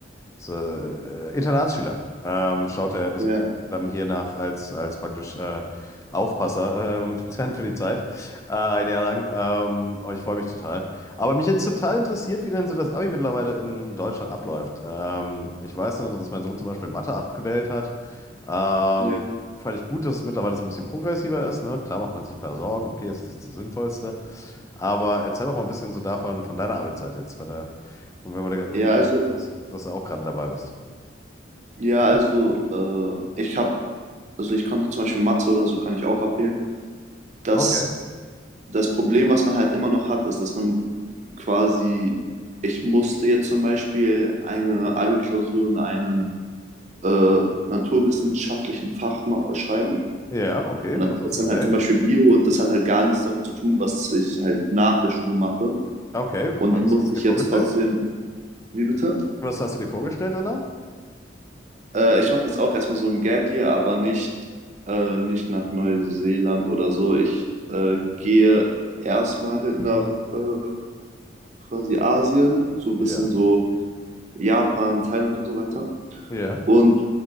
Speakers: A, on the left; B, on the right.
A: ist, äh, Internatsschüler. Ähm, schaut er ist
B: ja,
A: dann hier nach als, als praktisch äh, Aufpasser ähm, <laughs> dann für die Zeit. Äh, ein Jahr lang. Ähm, oh, ich freue mich total. Aber mich jetzt total interessiert, wie denn so das Abi mittlerweile in Deutschland abläuft. Ähm, ich weiß nur, dass mein Sohn zum Beispiel Mathe abgewählt hat. Ähm,
B: ja.
A: fand ich gut, dass es mittlerweile so ein bisschen progressiver ist. Ne? Klar macht man sich ein paar Sorgen. Okay, ist das nicht das Sinnvollste? Aber erzähl doch mal ein bisschen so davon, von deiner Abi-Zeit jetzt. Weil da, wenn wir,
B: Ja,
A: du meinst,
B: also,
A: dass, dass du auch gerade dabei bist.
B: ja, also, äh, ich hab, also ich konnte zum Beispiel Mathe oder so kann ich auch abwählen. Das,
A: Okay.
B: das Problem, was man halt immer noch hat, ist, dass man quasi, ich musste jetzt zum Beispiel eine Abi-Klausur in einem äh, naturwissenschaftlichen Fach ma- schreiben.
A: Ja, okay.
B: Und das
A: Was hast
B: ist
A: du
B: dann
A: gewählt?
B: halt zum Beispiel Bio und das hat halt gar nichts damit zu tun, was ich halt nach der Schule mache.
A: Okay.
B: Und
A: Was
B: dann musste
A: hast du dir
B: ich
A: vorgestellt?
B: jetzt trotzdem Wie bitte?
A: Was hast du dir vorgestellt danach?
B: Äh, ich mache jetzt auch erstmal so ein Gap hier, aber nicht, äh, nicht nach Neuseeland oder so. Ich äh, gehe erstmal nach äh, quasi Asien, so ein
A: Ja.
B: bisschen so Japan, Thailand und so weiter.
A: Ja.
B: Und,